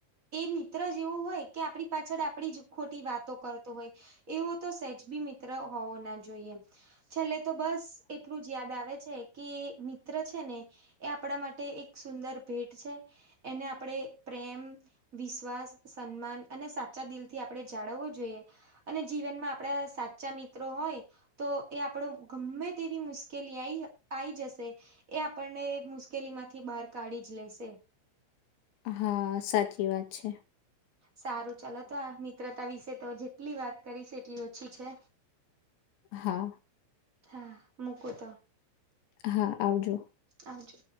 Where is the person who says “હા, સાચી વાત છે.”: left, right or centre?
Left